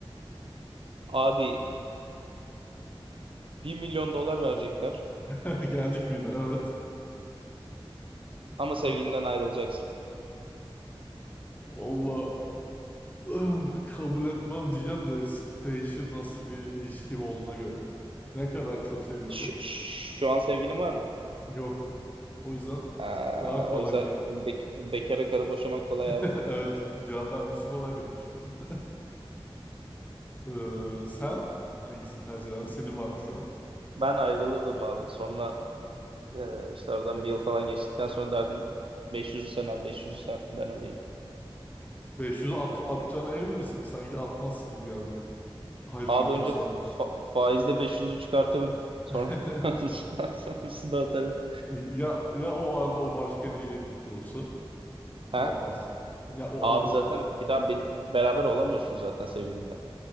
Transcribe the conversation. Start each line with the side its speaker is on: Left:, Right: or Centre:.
Right: Abi bir milyon dolar verecekler
Left: <laughs> Geldik miydi? Evet.
Right: ama sevgilinden
Left: Evet.
Right: ayrılacaksın.
Left: Allah ah, <sighs> kabul etmem diyeceğim de s- değişir nasıl bir ilişkim olduğuna göre. Ne kadar çok seviyorum.
Right: Şu, şu an sevgilin var mı?
Left: Yok. O yüzden
Right: Ee,
Left: daha kolaycı.
Right: o yüzden bek- bekara karı boşamak kolay
Left: <laughs>
Right: abi.
Left: Evet, cevap vermesi kolay benim şu an. <laughs> Ee, sen hangisini tercih edersin? Senin var mı şu an?
Right: Ben ayrılırdım abi. Sonra Ee, işte aradan bir yıl falan geçtikten sonra derdim 500'ü sen al 500'ü sen, ben alayım.
Left: 500 at, atacağına
Right: Yani,
Left: emin misin? Sanki atmazsın gibi geldi. Ayrıldıktan
Right: abi önce
Left: sonra.
Right: fa- faizde 500'ü çıkartırım sonra
Left: <laughs>
Right: <laughs> sonrasını da atarım.
Left: Ya ya o arada o başka biriyle birlikte olursa
Right: Ha?
Left: ne yaparsın? Ya o
Right: Abi
Left: arada.
Right: zaten bir daha be- beraber olamıyorsun zaten sevgilinle.